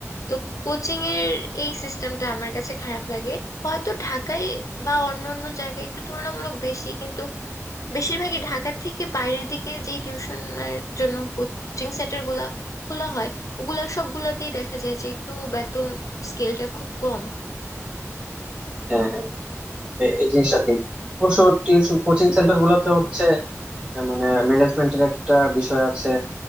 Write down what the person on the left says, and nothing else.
তো কোচিং এর এই সিস্টেমটা আমার কাছে খারাপ লাগে হয়তো ঢাকায় বা অন্য অন্য জায়গায় একটু তুলনামূলক বেশি কিন্তু বেশিরভাগই ঢাকার থেকে বাইরের দিকে যে টিউশনের জন্য কোচিং সেন্টার গুলা খোলা হয় ওগুলা সবগুলাতেই দেখা যায় যে একটু বেতন স্কেলটা খুব কম